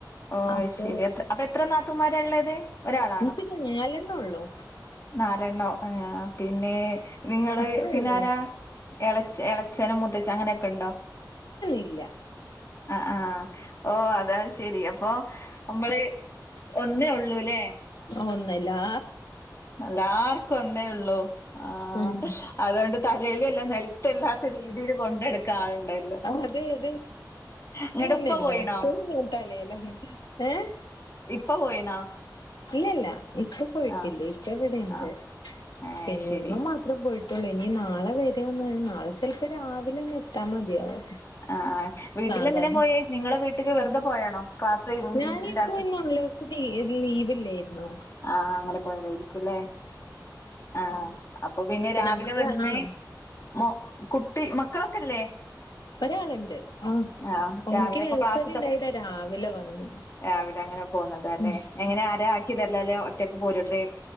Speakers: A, on the left; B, on the left.
A: ഓ
B: അപ്പൊ
A: ശരി എത്ര അപ്പൊ എത്ര നാത്തൂമാര ഉള്ളത് ഒരാളൊ
B: നിക്ക് നാലെണ്ണൊള്ളൂ
A: നാലെണ്ണോ ആ പിന്നെ നിങ്ങള്
B: അത്രേ
A: പിന്നെ
B: ഉള്ളൂ
A: ആരാ എള എളച്ചനും മൂത്തച്ഛനും അങ്ങനെയൊക്കെ ഉണ്ടോ
B: ഇല്ല
A: ആ ആ ഓ അതാ ശരി അപ്പൊ മ്മള് ഒന്നേ ഉള്ളൂല്ലേ
B: ഒന്നല്ലാ
A: എല്ലാർക്കും ഒന്നേ ഉള്ളൂ ആ
B: ഉം
A: അതുകൊണ്ട് തലയിലല്ല നിലത്തല്ലാത്ത രീതിയില് കാള്ണ്ടായില്ല
B: അതെ അതെ
A: ഇങ്ങട്ട്
B: തന്നെയല്ല
A: ഉപ്പ പോയിണോ
B: എപ്പോഴും തലയിലാണ് ഏഹ്
A: ഇപ്പ പോയിണോ
B: ഇല്ലല്ല ഇപ്പ പോയിട്ടില്ലേ
A: ആ
B: ഇപ്പവിടെണ്ട്
A: ആ അത്
B: പിന്നെ
A: ശരി
B: ഇമ്മ മാത്രം പോ യിട്ടുള്ളൂ ഇനി നാളെ വരോന്ന് നാളെ ചിലപ്പോ രാവിലെന്നെ എത്താ മതിയാവും
A: ആ ആ വീട്ടിലെന്തിനാ
B: സാധാരണ
A: പോയേ നിങ്ങളെ വീട്ടില് വെറുതെ പോയാണോ ക്ലാസ്
B: ഞാനിപ്പോ
A: ഇല്ലാത്ത
B: ഈ നാലൂസം ലീവ്ല്ലായിരുന്നോ
A: ആഹ് അങ്ങനെ പോയതായിരിക്കുല്ലേ ആഹ് അപ്പൊ പിന്നെ
B: ഇപ്പൊ
A: രാവിലെ
B: നമുക്ക്
A: വന്ന്
B: ആഹ്
A: മൊ കുട്ടി മക്കളൊക്കെല്ലേ
B: ഒരാള്ണ്ട് ആ
A: ആഹ്
B: ഓനിക്ക്
A: രാവിലെ
B: നെയ്സറി
A: ഇപ്പൊ ക്ലാസ് തൊ
B: ണ്ടായിട്ടാ രാവിലെ വന്ന്
A: രാവിലെ അങ്ങനെ പോന്നതാല്ലേ
B: ഉം
A: എങ്ങനെ ആരാ ആക്കി തര്ലോ അല്ലെ ഒറ്റക്ക് പോരോ ട്രയി